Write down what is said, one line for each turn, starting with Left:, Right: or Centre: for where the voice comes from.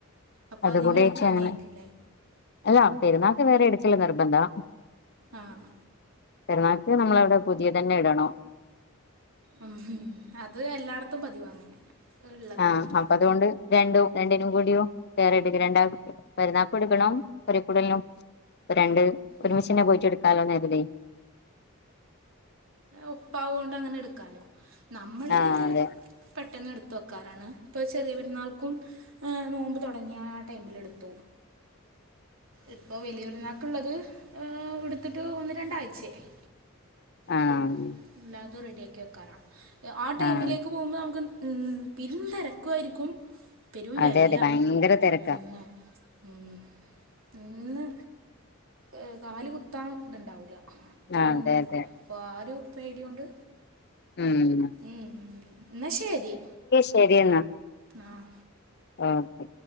Right: അപ്പൊ
Left: അതുകൂടെ
Right: അതിന് ഇട്ക്കാനായിക്ക്ല്ലേ
Left: അങ്ങനെ അല്ല പെരുന്നാക്ക് വേറെ എടുക്കല് നിർബന്ധാ
Right: ആഹ്
Left: പെരുന്നാക്ക് നമ്മള അവിടെ പുതേതന്നെ ഇടണം
Right: ഉം അത് എല്ലാടത്തും പതിവാങ്ങനെ ഇള്ളതാണ്
Left: ആഹ് അപ്പൊ അതുകൊണ്ട് രണ്ടോ രണ്ടിനും കൂടിയോ വോറട്ക്ക് രണ്ടാ പെരുന്നാക്കും എട്ക്കണം പൊരീകൂടൽനും രണ്ട് ഒരുമിചന്നെ
Right: ഉം
Left: പോയിട്ട് എടുക്കാലോന്ന് കരുതി
Right: ഒപ്പാവോണ്ട് അങ്ങനെ എടുക്കാലോ നമ്മള്
Left: ആഹ് അതെ
Right: പെട്ടെന്ന് എട്ത്ത് വെക്കാറാണ് ഇപ്പൊ ചെറിയ പെരുന്നാൾക്കും ആഹ് നോമ്പ് തൊടങ്ങിയ ആ ടൈമില് എട്ത്തു ഇപ്പൊ വലിയരുന്നാക്ള്ളത് ഇട്ത്തിട്ട് ഒന്ന് രണ്ടാഴ്ചയായി
Left: ആഹ്
Right: പ്പോ എല്ലാതും റെഡിയാക്കി വെക്കാറാ ആ ടൈമിലേക്ക്
Left: ആഹ്
Right: പോകുമ്പോ ന്നമക്ക് ഉം പെരും തെരക്കോയിരിക്കും പെരും
Left: അതെ
Right: വെലയാണ്
Left: അതെ ഭയങ്കര തിരക്കാ
Right: പിന്നെ ഉം ഇന്ന് ഏ് കാല് കുത്താൻ ഇത്ണ്ടാവൂല അത്രയും
Left: ആഹ് അതെ
Right: തെരക്കാ
Left: അതെ
Right: അപ്പൊ ആ ഒരു പേടിയോണ്ട്
Left: ഉം
Right: ഉം ഇന്നാ ശരി.
Left: ശരി എന്നാ.
Right: ആഹ്.
Left: ആഹ്